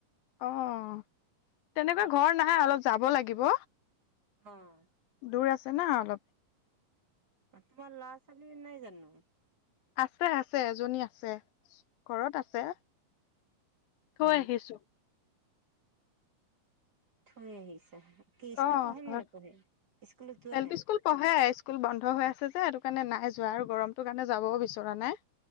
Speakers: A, on the left; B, on the right.
A: অ', তেনেকুৱা ঘৰ নাই অলপ যাব লাগিব।
B: অ'।
A: দূৰ আছে না অলপ।
B: তোমাৰ ল'ৰা ছোৱালী নাই জানো?
A: আছে- আছে এজনী আছে ঘৰত আছে থৈ
B: অ
A: আহিছো।
B: থৈ আহিছা কি স্কুল
A: অ
B: পঢ়ে নে
A: ঘৰত
B: নেপঢ়ে স্কুলত যোৱা
A: এল
B: নাই?
A: পি স্কুল পঢ়ে স্কুল বন্ধ হৈ আছে যে সেইটো কাৰণে নাই যোৱা আৰু গৰমটো কাৰণে যাবও বিচৰা নাই।